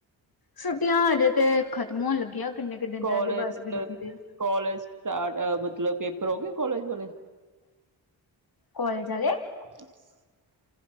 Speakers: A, on the left (about 50°); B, on the right (about 40°).
A: ਛੁੱਟੀਆਂ ਹਜੇ ਤੇ ਖ਼ਤਮ ਹੋਣ ਲੱਗੀਆਂ। ਕਿੰਨੇ ਕੁ ਦਿਨ
B: ਕੋਲਜ
A: ਰਹਿ ਗਏ ਬਸ ਗਿਣਤੀ
B: -ਕੋਲਜ
A: ਦੇ
B: ਸਟਾਰਟ ਮਤਲਬ ਪੇਪਰ ਹੋ ਗਏ ਕੋਲਜ ਵਾਲੇ
A: ਕੋਲੇਜ ਆਲੇ
B: <inaudible>